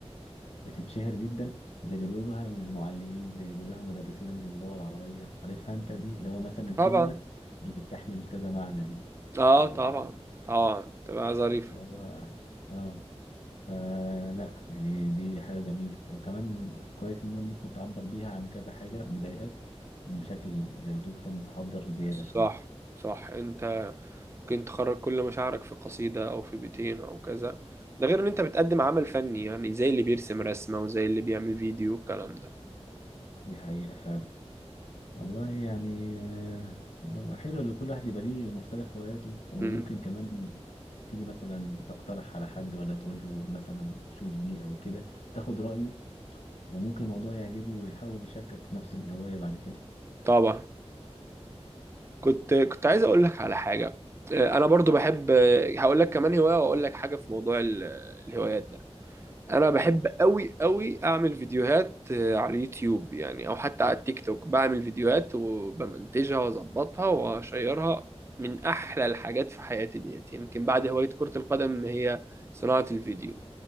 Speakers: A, on the left; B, on the right.
A: بتتشهر جدا زي اللي بيقولوها المعلقين زي اللي بيقولوها مدرسين اللغة العربية عارفها انت دي اللي هو مثلا الكلمة
B: طبعا
A: اللي بتحمل كذا معنى دي
B: اه
A: ف- اللي
B: طبعا طبعا تبقى ظريف
A: هو اه فلا يعني دي حاجة جميلة وكمان كويس ان أنا ممكن تعبر بيها عن كذا حاجة مضايقاك بشكل زي ما تقول كده متحضر زيادة شوية
B: صح صح انت ممكن تخرج كل مشاعرك في قصيدة او في بيتين او كذا ده غير ان انت بتقدم عمل فني يعني زي اللي بيرسم رسمة وزي اللي بيعمل فيديو والكلام ده
A: دي حقيقة والله يعني آه، حلو ان كل واحد يبقى ليه مختلف هواياته وممكن
B: امم
A: كمان تيجي مثلا تقترح على حد ولا تقول له مثلا شوف دي او كده تاخد رأيه وممكن الموضوع يعجبه ويحاول يشاركك نفس الهواية بعد كده
B: طبعا كنت كنت عايز اقول لك على حاجة اه، انا برضو بحب اه، هقول لك كمان هواية واقول لك حاجة في موضوع ال- الهوايات ده انا بحب
A: قول
B: قوي قوي اعمل فيديوهات آه، على اليوتيوب يعني او حتى على التيك توك بعمل فيديوهات وبمنتجها واظبطها واشيرها من احلى الحاجات في حياتي ديت يمكن بعد هواية كرة القدم هي صناعة الفيديو